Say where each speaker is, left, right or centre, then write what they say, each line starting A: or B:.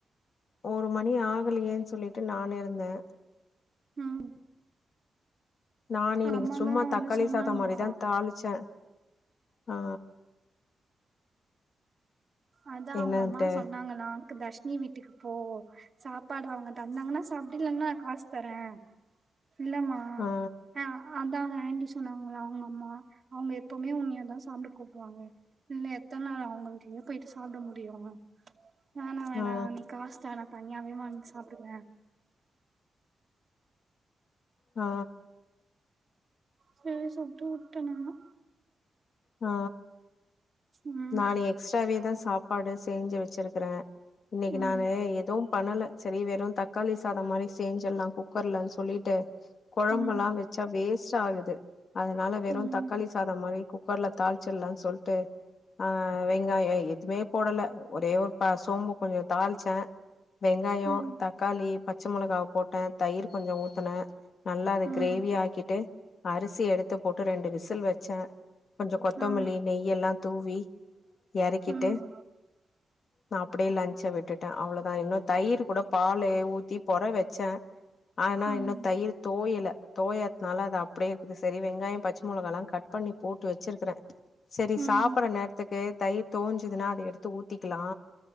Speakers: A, on the left; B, on the right.
A: ஒரு மணி ஆகலையேன் சொல்லிட்டு நானிருந்தே
B: ம்
A: நான்
B: அவங்க
A: இன்னைக்கு
B: அம்மாதா
A: சும்மா தக்காளி
B: வந்து சொன்னாங்களா
A: சாதம் மாரிதாந் தாளிச்சே ஆ
B: அதா அவுங்கம்மா
A: என்னன்ட்டு
B: சொன்னாங்கலாக்கு தஷ் னி வீட்டுக்கு போ சாப்பாடு அவுங்க தந்தாங்கன்னா சாப்டு இல்லனா நா காஸ் தரே இல்லமா
A: ஆ
B: அ அதா ஆன்ட்டி சொன்னாங்களா அவுங்க அம்மா அவுங்க எப்பவுமே உண்னயதா சாப்ட கூப்டுவாங்க இன்னு எத்தன் நாள் அவுங்க வீட்லியே போய்ட்டு சாப்ட முடியு வேணா வேணா
A: ஆ
B: நீ காசு தா தனியாவே வாங் சாப்டுக்குறே
A: ஆ
B: செரி சொல்ட்டு உட்ட நானு
A: ஆ
B: ம்
A: நானு எக்ஸ்ட்ராவேதா சாப்பாடு செஞ்சு வெச்சிருக்கறே இன்னைக்கு
B: ம்
A: நானு எதுவும் பண்ணல செரி வெறுந் தக்காளி சாதம் மாரி சேஞ்சல்லா குக்கர்லன் சொல்லிட்டு கொழம்பலா
B: ம்
A: வெச் ச்சா வேஸ்ட் ஆகுது அதனால வெறு
B: ம்
A: தக்காளி சாதம் மாரி குக்கர்ல தாள்ச்சிலா சொல்ட்டு ஆ வெங்காயோ எதுமே போடல ஒரே ஒரு ப சோம்பு கொஞ்சோ தாள்ச்சே வெங்காயம்
B: ம்
A: தக்காளி ப பட்சமொளகவ போட்டே தயிர் கொஞ்ச ஊத்தினே நல்லா அத
B: ம்
A: கிரேவியா ஆக்கிட்டு அரிசி எடுத்து போட்டு ரெண்டு விசில் வச்சே கொஞ்சம் கொத்தமல்லி
B: ஆ
A: நெய்ய எல்லாம் தூவி இறக்கிட்டு
B: ம்
A: நான் அப்படியே லஞ்ச விட்டுட்டே அவ்வளவுதா இன்னு தயிர் கூட பால் ஊத்தி பொற வச்சே ஆனா
B: ம்
A: இன்னு தயிர் தோயல தோயதுனால அது அப்படியே இருக்குது சரி வெங்காயம் பச்சை மிளகா எல்லாம் கட் பண்ணி போட்டு வச்சிருக்கறேன் சரி
B: ம்
A: சாப்பற நேரத்துக்கு தயிர் தோஞ்சுதுன்னா அதை எடுத்து ஊத்திக்கலா